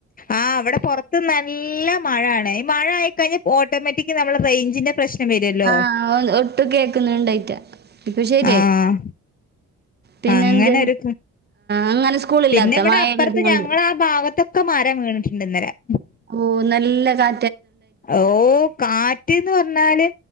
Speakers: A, on the left; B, on the right.
A: ആഹ് അവിടെ പുറത്ത്ന്ന് നല്ല മഴയ മഴ ആയഴിാൽ ഓട്ടോമാറ്റി നമ്മുടെ റേഞ്ചന്റെ പ്രശ്നം വരുല്ലോ
B: ആഹ ഒട്ടും കേക്കുന്നു ഉണ്ടായിറ്റാ ഇപ്പൊ ശരിയ
A: ആഹ്
B: പിന്നെ
A: അങ്ങനെ
B: എന്ത്
A: ഒരു
B: അങ്ങനെ സ്കൂളില്ലാത്ത
A: പിന്നെ ഇവിടെ
B: മഴയുള്ളത്
A: അപ്പുറത്ത്
B: കൊണ്ട്
A: ഞങ്ങ ആ ഭാഗത്തൊക്കെ മാറൻ വീണിട്ടുണ്ട് ഇന്നേരം
B: ഓ നല്ല കാ
A: ഓ കാറ്റ്ന്ന് പറഞ്ഞാല്